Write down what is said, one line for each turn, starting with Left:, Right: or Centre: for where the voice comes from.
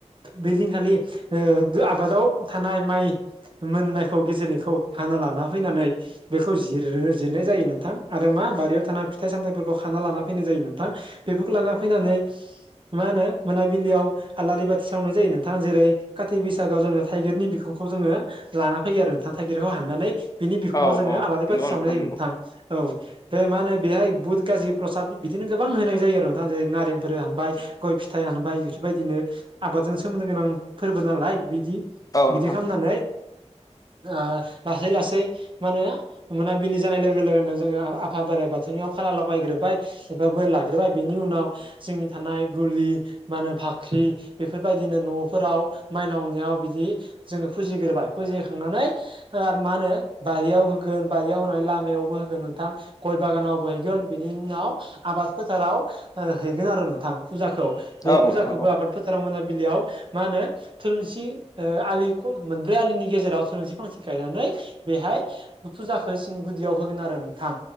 Right: बे दिनखालि ओ आबादाव थानाय माइ मोननायखौ गेजेरनिखौ हाना लाना फैनानै बेखौ जिरनो जिरनाय जायो नोंथां आरो मा बारियाव थाना फिथाइ सामथायाइफोरखौ खाना लाना फैनाय जायो नोंथां। बेफोरखौ लाना फैनानै मा होनो मोनाबिलियाव आलारि बाथि सावनाय जायो नों थां जेरै कातथि बैसागआव जोङो थाइगिरनि बिखांखौ जोङो लाना फैयो आरो नोंथाङा थाइगिरखौ हाननानै बिनि बिखङाव
Left: औ
Right: जोङो
Left: औ
Right: आलारि
Left: नंगौ
Right: बाथि सावनो जायो
Left: नंगौ
Right: नोंथां। औ बे मा होनो बेहाय बुध गाजि प्रसाद बिदिनो गोबां होनाय जायो आरो नोंथां जेरै नारेंफोर हानबाय गय फिथाइ हानबाय बेफोरबायदिनो आबादजों सोमोन्दो गोनां फोरबो नालाय बिदि
Left: औ
Right: बिदि
Left: नोंथां
Right: खालामनानै ओ लासै लासै मा होनो मोनाबिलि जानाय लोगो लोगोनो जोङो आआफा बोराइ बाथौनियाव खारला लगायग्रोबाय एबा बोर लाग्रोबाय बिनि उनाव जोंनि थानाय गुलि मा होनो फाख्रि बेफोरबायदिनो न' फोराव माइनावनियाव बिदि जोङो फुजिग्रोबाय फुजिखांनानै मा होनो बारियाव होगोन बारियाव होनानै लाम मायावबो होगोन नोंथां। गय बागानावबो हैगोन बिनि उनाव आबाद फोथाराव ओ हैगोन आरो नोंथां फुजाखौ। बे
Left: औ
Right: फुजाखौबो
Left: नोंथां औ
Right: आबाद फोथाराव मोनाबिलियाव मा होनो थुलुंसि ओ आलिखौ मोनब्रै आलिनि गेजेराव थुलुंसि फांसे गायनानै बेहाय फुजाखौ सिं गुदियाव होगोन आरो नोंथां